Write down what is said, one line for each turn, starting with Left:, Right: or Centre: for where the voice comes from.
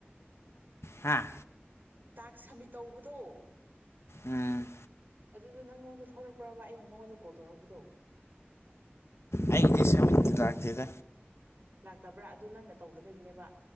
Left: ꯍꯥꯥ
Right: ꯇꯥꯛꯁ ꯁꯝꯃꯤꯠ ꯇꯧꯕꯗꯣ
Left: ꯎꯝ
Right: ꯑꯗꯨꯗꯣ ꯅꯪꯉꯣꯟꯗ ꯊꯧꯔꯛꯄ꯭ꯔꯕ ꯑꯩꯅ ꯅꯪꯉꯣꯟꯗ ꯀꯣꯜ ꯇꯧꯔꯛꯄꯗꯣ
Left: ꯑꯩꯒꯤꯗꯤ ꯁꯕꯦꯟꯇꯤ ꯂꯥꯛꯇꯦꯗ
Right: ꯂꯥꯛꯇꯕ꯭ꯔꯥ ꯑꯗꯨ ꯅꯪꯅ ꯇꯧꯗꯕꯩꯅꯦꯕ